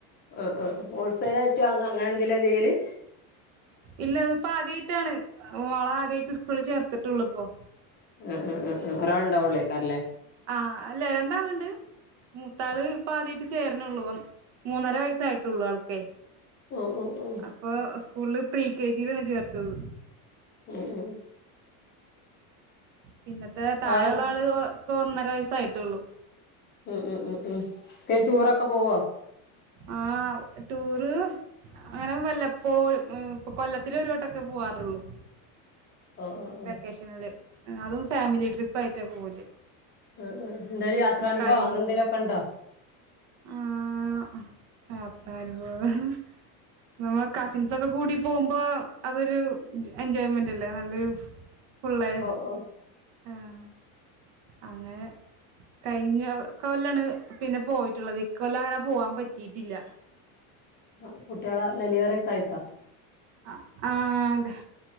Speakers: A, on the left (about 25°); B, on the right (about 65°).
A: ഓഹ് ഓഹ് ഓഹ് ഹോൾസെൽ ആയിറ്റ് വാങ്ങാ അങ്ങനെ എന്തെലാ ചെയ്യല്.
B: ഇല്ല അത്പ്പോ ആദ്യയ്ട്ടാണ് മോളെ ആദ്യയിട്ട് സ്കൂളില് ചേർത്തിട്ടൊള്ളൂ ഇപ്പോ.
A: ഈഹ് ഈഹ് ഈഹ് ഒരാള്ണ്ടാവൊള്ളെയ്ക്കാരല്ലേ.
B: ആഹ് അല്ലേയ് രണ്ടാള്ണ്ട് മൂത്താള്. ഇപ്പ ആദ്യയിട്ട് ചേര്നൊള്ളൂ മൂന്നര വയസ്സായിട്ടൊള്ളൂ ആൾക്കേയ്
A: ആഹ് ആഹ് ആഹ്
B: അപ്പൊ സ്കൂളില് പ്രീ കെ ജിലാണ് ചേർത്തത്.
A: ഉം ഉം
B: പിന്നത്തെ താഴെള്ള
A: വേറെന്ത്
B: ആള് ഓക് ഒന്നര വയസ്സ് ആയിട്ടൊള്ളു.
A: ഉം ഉം ഉം ഉം പിന്നെ ടൂറൊക്കെ പോവോ.
B: ആഹ് ടൂറ്. അങ്ങനെ വല്ലപ്പോഴും ഉം കൊല്ലത്തിലൊരു വട്ടൊക്കെ പോവാറൊള്ളു.
A: ആഹ് ആഹ് ആഹ്
B: വെക്കേഷന്ല് അതും ഫാമിലി ട്രിപ്പ് ആയിട്ടാ പോവല്.
A: ഈഹ് ഈഹ് എന്താലും യാത്രാനുഭവോ
B: കഴി
A: അങ്ങനെന്തെങ്കിലൊക്കെണ്ടോ.
B: ആഹ് യാത്രനുഭവം. നമ്മളെ കസിൻസൊക്കെ കൂടി പോകുമ്പോ അതൊരു എൻജോയ്മെന്റ് അല്ലേ നല്ലൊരു. ഫുള്ള്
A: ഓഹ് ഓഹ്
B: ആഹ് അങ്ങനെ. കഴിഞ്ഞ കൊല്ലാണ് പിന്നെ പോയിട്ടുള്ളത് ഇകൊല്ലം അങ്ങനെ പോവാൻ പറ്റിട്ടില്ല.
A: ആഹ് കുട്ട്യാളെ ഡെലിവറിക്കെ ആയിട്ടോ.
B: ആഹ് ആത